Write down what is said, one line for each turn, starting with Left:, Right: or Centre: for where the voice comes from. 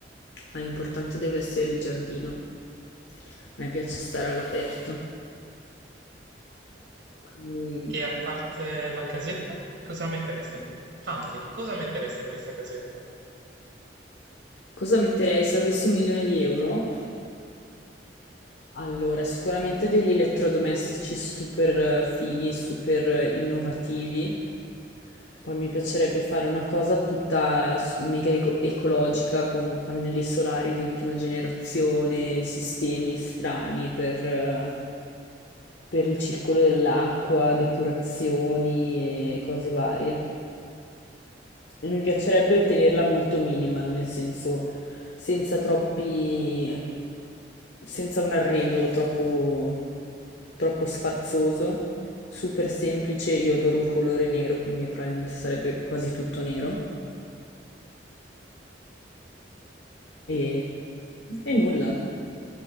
Left: ma l'importante deve essere il giardino. A me piace stare all'aperto. Quindi,
Right: E a parte la casetta, cosa metteresti in que- Anzi, cosa metteresti in questa casetta?
Left: cosa metterei se avessi un milione di euro? Allora, sicuramente degli elettrodomestici super eh, fighi, super eh, innovativi. Poi mi piacerebbe fare una cosa tutta s- mega ego- ecologica con pannelli solari di ultima generazione, sistemi strani per, eh, per il circolo dell'acqua, depurazioni e cose varie. E mi piacerebbe tenerla molto minimal, nel senso senza troppi, senza un arredo troppo troppo sfarzoso, super semplice. Io adoro il colore nero, quindi probabilmente sarebbe quasi tutto nero. E, e nulla.